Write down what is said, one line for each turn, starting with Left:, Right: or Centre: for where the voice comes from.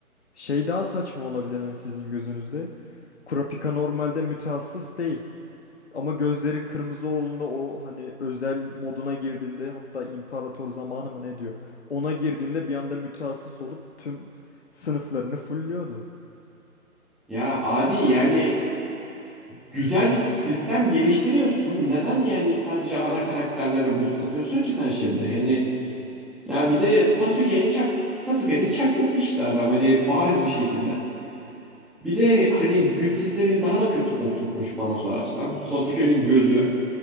Left: Şey daha saçma olabilir hani sizin gözünüzde. Kurapika normalde mütehassıs değil. Ama gözleri kırmızı olduğunda o hani özel moduna girdiğinde hatta imparator zamanı mı ne diyor? Ona girdiğinde bir anda mütehassıs olup tüm sınıflarını fulluyordu.
Centre: Ya abi yani Güzel bir sistem geliştiriyorsun. Neden yani sadece ana karakterlere boost atıyorsun ki sen şimdi? Yani ya bir de Sasuke'ye çak Sasuke'nin çakması işte adam hani bariz bir şekilde. Bir de hani güç sistemini daha da kötü oturtmuş bana sorarsan. Sasuke'nin gözü